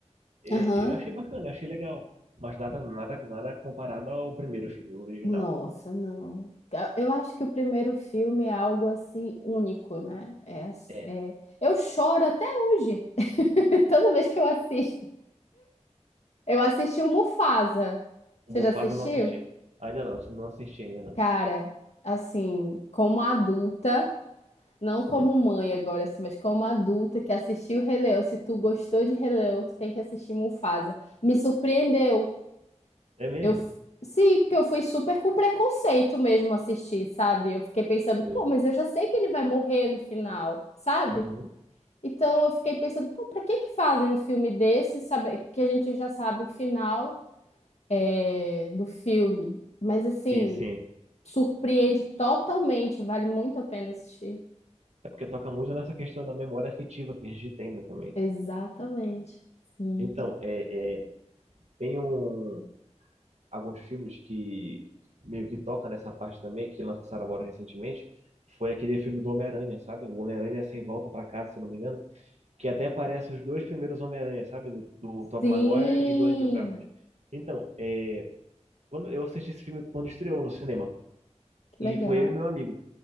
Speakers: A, on the right; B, on the left.
A: e
B: Aham.
A: eu achei bacana, eu achei legal, mas nada nada nada comparado ao primeiro filme o original.
B: Nossa, não. Eu acho que o primeiro filme é algo assim único, né? É, ass-
A: É,
B: é- Eu choro até hoje, <laughs> toda vez que eu assisto. Eu assisti o Mufasa.
A: o
B: Você
A: Mufasa
B: já assistiu?
A: eu não assisti. Ainda não, eu não assisti ainda não.
B: Cara, assim, como adulta, não como
A: Uhum.
B: mãe agora, assim, mas como adulta que assistiu Rei Leão, se tu gostou de Rei Leão, tu tem que assistir Mufasa. Me surpreendeu.
A: É mesmo?
B: Eu, f- sim, porque eu fui super com preconceito mesmo assistir, sabe? Eu fiquei pensando,
A: Sim.
B: pô, mas eu já sei que ele vai morrer no final, sabe?
A: Uhum.
B: Então eu fiquei pensando, pô, pra que que fazem um filme desse, sabe? Que a gente já sabe o final é, do filme. Mas assim,
A: Sim, sim.
B: surpreende totalmente, vale muito a pena assistir.
A: É porque toca muito nessa questão da memória afetiva que a gente tem, né, também.
B: Exatamente. Sim.
A: Então, é, é, tem um alguns filmes que meio que toca nessa parte também, que lançaram agora recentemente, foi aquele filme do Homem-Aranha, sabe? O Homem-Aranha Sem Volta pra Casa, se eu não me engano, que até aparece os dois primeiros Homem-Aranha, sabe? Do, do Tobey
B: Sim.
A: Maguire e do Andrew Garfield. Então, é, quando eu assisti esse filme quando estreou no cinema,
B: Que
A: e
B: legal.
A: foi eu e meu amigo.